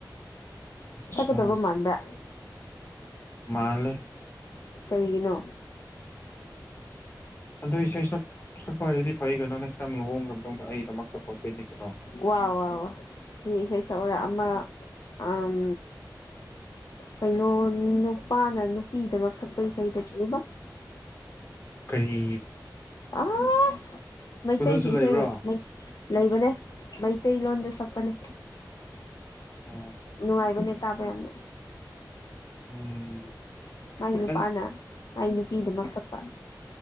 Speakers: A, on the left; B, on the left.
A: ꯑꯆꯥ
B: ꯁꯛꯀꯗꯧꯕ ꯃꯥꯟꯕ꯭ꯔꯥ
A: ꯃꯥꯜꯂꯦ
B: ꯀꯩꯒꯤꯅꯣ
A: ꯑꯗꯨ ꯏꯁꯩ <inaudible>
B: ꯋꯥ ꯋꯥ ꯋꯥ ꯀꯔꯤ ꯏꯁꯩ ꯁꯛꯑꯣꯔ ꯑꯃ ꯑꯝ ꯀꯩꯅꯣ ꯅꯨꯄꯥꯅ ꯅꯨꯄꯤꯗꯃꯛ ꯁꯛꯄ ꯏꯁꯩꯗꯣ ꯀꯔꯤꯕ
A: ꯀꯔꯤ
B: ꯑꯁ ꯃꯩꯇꯩꯒꯤ
A: ꯑꯗꯨꯁꯨ ꯂꯩꯕ꯭ꯔꯣ
B: ꯏꯁꯩ ꯑꯣꯏ ꯃꯩ ꯂꯩꯕꯅꯦ ꯃꯩꯇꯩꯂꯣꯟꯗ ꯁꯛꯄꯅꯦ
A: ꯑꯠꯆꯥ
B: ꯅꯨꯡꯉꯥꯏꯕꯅꯦ ꯇꯥꯕ ꯌꯥꯝꯅ
A: ꯎꯝ
B: ꯃꯥꯏ ꯅꯨꯄꯥꯅ
A: ꯅꯪ
B: ꯃꯥꯏ ꯅꯨꯄꯤꯗꯃꯛ ꯁꯛꯄ